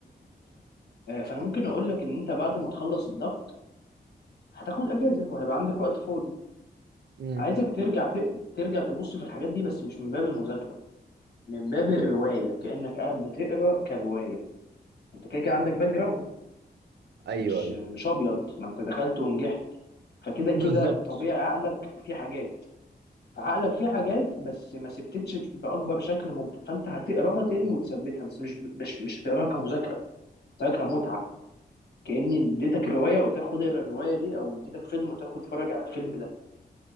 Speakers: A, on the left; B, on the right.
A: آه، فانا ممكن اقول لك ان انت بعد ما تخلص الضغط هتاخد اجازه وهيبقى عندك وقت فاضي
B: امم
A: عايزك ترجع ت... ترجع تبص في الحاجات دي بس مش من باب المذاكره من باب الروايه كانك قاعد بتقرا كروايه انت كده كده عندك باك جراوند
B: ايوه
A: مش
B: ايوه
A: مش ابيض ما انت دخلت ونجحت فكده
B: بالظبط
A: كده طبيعي عقلك فيه حاجات فعقلك فيه حاجات بس ما سبتتش باكبر شكل ممكن فانت هتقراها تاني وتثبتها بس مش مش, مش هتقراها كمذاكره هتقراها كمتعه كاني اديتك روايه وتاخد اقرا الروايه دي او اديتك فيلم وتاخد اتفرج على الفيلم ده